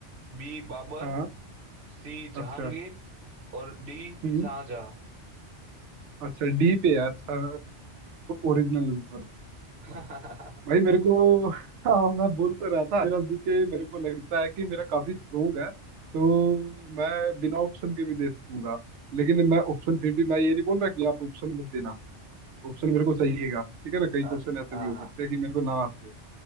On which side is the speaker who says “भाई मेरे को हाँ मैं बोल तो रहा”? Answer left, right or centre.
Right